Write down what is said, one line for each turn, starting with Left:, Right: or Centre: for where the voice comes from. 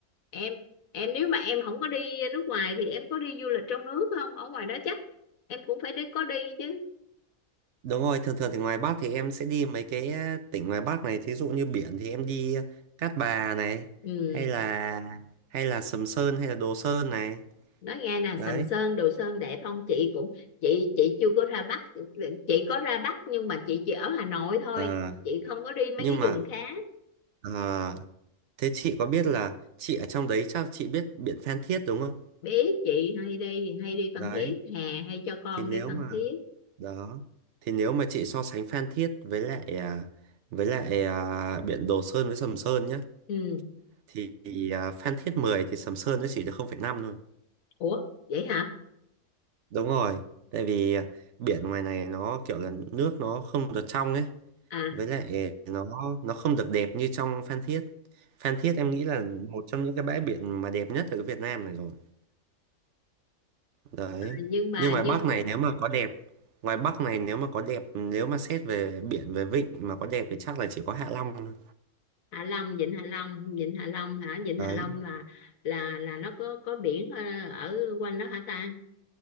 Left: em em nếu mà em không có đi nước ngoài thì em có đi du lịch trong nước không ở ngoài đó chắc em cũng phải đi có đi chứ
Right: Đúng rồi, thường thường thì ngoài Bắc thì em sẽ đi mấy cái eh, tỉnh ngoài Bắc này, thí dụ như biển thì em đi eh, Cát Bà này,
Left: ừ
Right: hay là hay là Sầm Sơn hay là Đồ Sơn này.
Left: nói nghe nè
Right: Đấy.
Left: Sầm Sơn Đồ Sơn đẹp không chị cũng chị chị chưa có ra Bắc chị có ra Bắc nhưng mà chị chỉ ở Hà Nội thôi
Right: Ờ,
Left: chị không có đi mấy
Right: nhưng
Left: cái
Right: mà
Left: vùng khác
Right: ờ, thế chị có biết là chị ở trong đấy chắc chị biết biển Phan Thiết đúng không?
Left: biết chị hay đi hay đi Phan
Right: Đấy,
Left: Thiết hè hay cho con
Right: thì nếu
Left: đi Phan
Right: mà
Left: Thiết
Right: đó thì nếu mà chị so sánh Phan Thiết với lại à, với lại à, biển Đồ Sơn với Sầm Sơn nhá
Left: ừ
Right: thì, à, Phan Thiết 10 thì Sầm Sơn nó chỉ được không phẩy năm thôi.
Left: ủa vậy hả
Right: Đúng rồi, tại vì à, biển ngoài này nó kiểu là nước nó không được trong ấy,
Left: à
Right: với lại nó nó không được đẹp như trong Phan Thiết. Phan Thiết em nghĩ là một trong những cái bãi biển mà đẹp nhất ở cái Việt Nam này rồi. Đấy.
Left: nhưng mà
Right: Nhưng ngoài
Left: như
Right: Bắc này nếu mà có đẹp, ngoài Bắc này nếu mà có đẹp, nếu mà xét về biển về vịnh mà có đẹp thì chắc là chỉ có Hạ Long thôi.
Left: Hạ Long Vịnh Hạ Long Vịnh Hạ Long hả Vịnh
Right: Đấy.
Left: Hạ Long là là là nó có có biển ờ, ở quanh đó hả ta